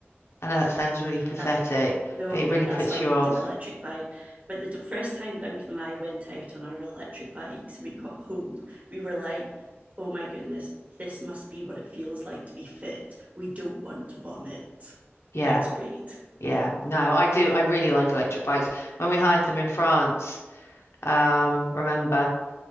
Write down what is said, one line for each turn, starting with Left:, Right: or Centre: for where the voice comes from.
Left: I know that sounds really pathetic,
Right: that no,
Left: but it
Right: no,
Left: really
Right: that's
Left: puts
Right: why you
Left: you
Right: need
Left: off.
Right: an electric bike. But the first time Duncan and I went out on our electric bikes, we got home. We were like, oh my goodness, this must be what it feels like to be fit. We don't want to vomit.
Left: Yeah.
Right: It was great.
Left: Yeah, no, I do. I really like electric bikes. When we hired them in France, um, remember